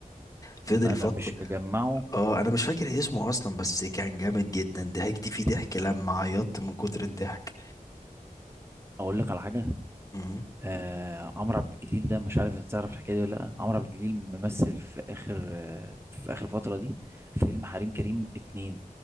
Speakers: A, on the left; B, on the right.
A: فضل
B: م- انا
A: فتره
B: مش مجمعه
A: اه انا مش فاكر إيه اسمه اصلا بس كان جامد جدا ضحكت فيه ضحك
B: طب
A: لما عيطت من كتر الضحك
B: اقول لك على حاجه
A: مم.
B: آه عمرو عبد الجليل ده مش عارف انت تعرف الحكايه دي ولا لا عمرو عبد الجليل ممثل في اخر آه في اخر فتره دي فيلم حريم كريم اتنين